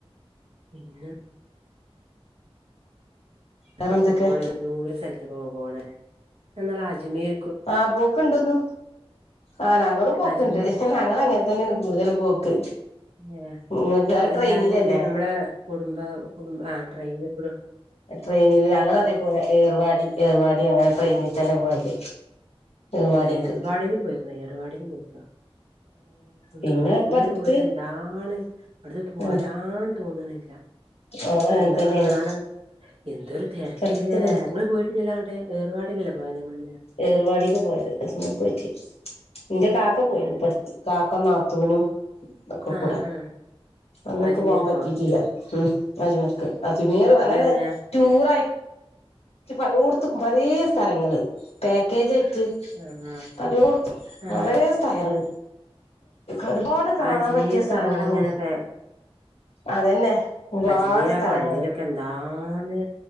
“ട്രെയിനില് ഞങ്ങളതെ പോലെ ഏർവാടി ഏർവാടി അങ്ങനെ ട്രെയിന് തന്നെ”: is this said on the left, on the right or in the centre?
Left